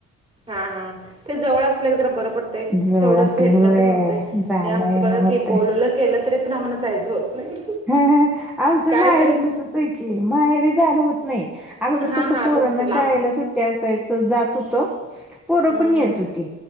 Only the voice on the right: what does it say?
हा. हा. ते जवळ असल्यावर जरा बर पड- - तयं.
तेवढंच
भेटण
होतयं.
हे आमचं
बघा
की बोल वलं तरी पण आम्हाला जायचं होत नाही.
काय
तरी
हां
हां
तुमचं लांब
हं,
हं.